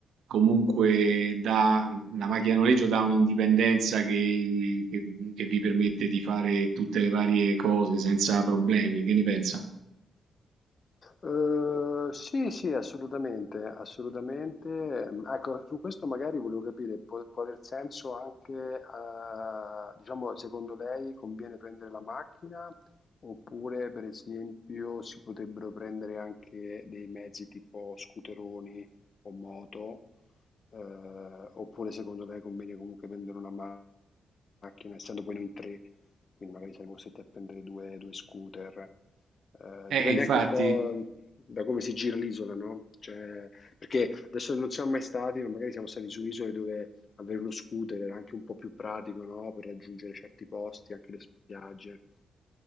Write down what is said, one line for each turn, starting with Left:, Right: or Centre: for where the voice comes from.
Right: comunque dà- la macchina a noleggio dà un'indipendenza che, che- che vi permette di fare tutte le varie cose senza problemi. Che ne pensa?
Left: Uhm, sì, sì, assolutamente, assolutamente. Mhmm, ecco, su questo magari volevo capire, può può aver senso anche, uhm, diciamo, secondo lei conviene prendere la macchina, oppure per esempio si potrebbero prendere anche dei mezzi tipo scooteroni o moto, uhm, oppure secondo lei conviene comunque prendere una ma- macchina, essendo poi noi in 3, quindi magari saremo costretti a prendere 2- 2 scooter? Eh,
Right: Eh,
Left: dipende
Right: infatti.
Left: anche un po' da come si gira l'isola, no? Cioè, perché adesso non siamo mai stati, ma magari siamo stati su isole dove avere uno scooter era anche un po' più pratico, no? Per raggiungere certi posti, anche le spiagge.